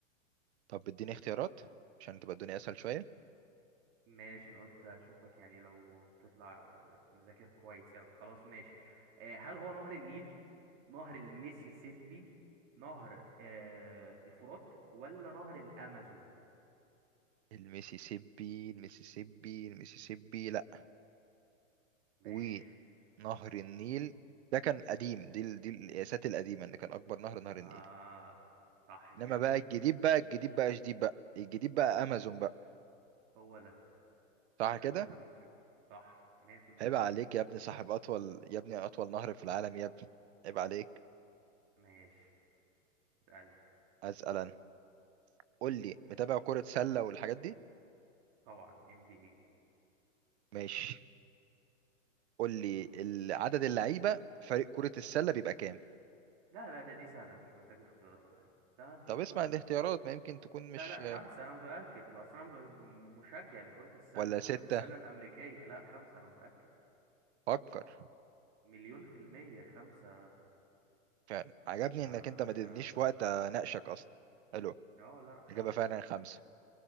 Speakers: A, on the right (about 55°); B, on the right (about 35°).
A: طب اديني اختيارات عشان تبقى الدنيا اسهل شويه
B: ماشي أنا قلت أشوفك يعني لو تطلع مذاكر كويس أوي خلاص ماشي آه، هل هو نهر النيل نهر الميسيسيبي نهر آه، الفرات ولا نهر الأمازون
A: الميسيسيبي الميسيسيبي الميسيسيبي لا
B: ماشي
A: ونهر النيل ده كان قديم دي ال- دي القياسات القديمه ان كان اكبر نهر
B: آه
A: نهر النيل
B: صح كده
A: انما بقى الجديد بقى الجديد بقى شديد بقى الجديد بقى امازون بقى
B: هو ده
A: صح
B: لا
A: كده
B: ده أنت مجرم صح 100%
A: عيب
B: صح
A: عليك يا ابني صاحب اطول يا ابني اطول نهر في العالم يا ابني عيب عليك
B: ماشي قال لي
A: اسال انا قول لي متابع كره سله والحاجات دي
B: طبعا ام بي اي
A: ماشي قول لي ال- عدد اللعيبه في فريق كره السله بيبقى كام
B: لا لا ده دي سهله مش محتاجه اختيارات ولا حاجه لا انت
A: طب
B: بتهزر
A: اسمع الاختيارات ما يمكن تكون مش
B: لا لا خمسه انا متاكد ما اصل انا ب- ب- مشجع لكره السله
A: ولا ستة
B: كره السله الامريكيه لا خمسه انا متاكد
A: فكر
B: مليون في الميه خمسه
A: فعلا عجبني
B: آه،
A: انك انت ما
B: ده
A: ادتنيش
B: انا
A: وقت اناقشك اصلا حلو
B: اه لا
A: اجابة
B: خمسه
A: فعلا
B: خمسه
A: خمسة